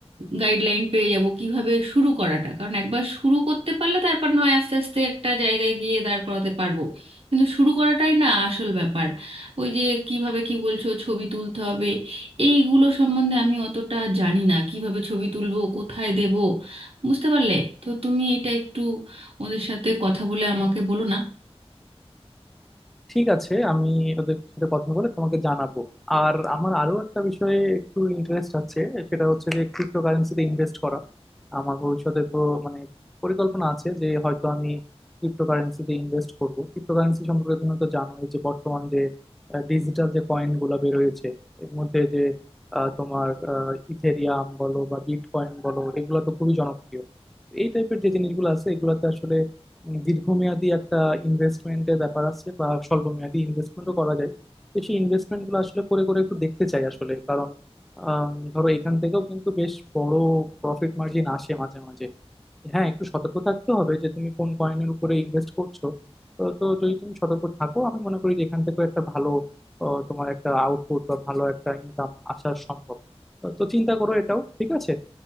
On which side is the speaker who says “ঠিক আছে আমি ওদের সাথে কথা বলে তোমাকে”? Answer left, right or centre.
Centre